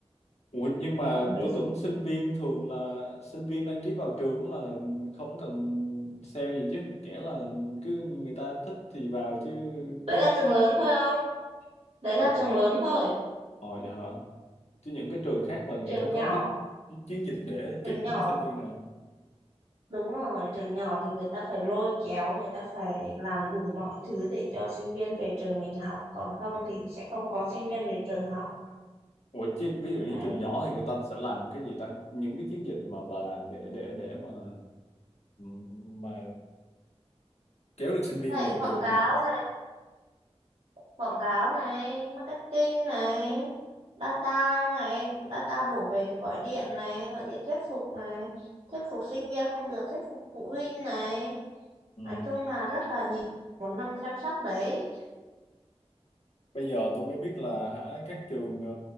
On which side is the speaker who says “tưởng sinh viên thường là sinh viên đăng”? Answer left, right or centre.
Left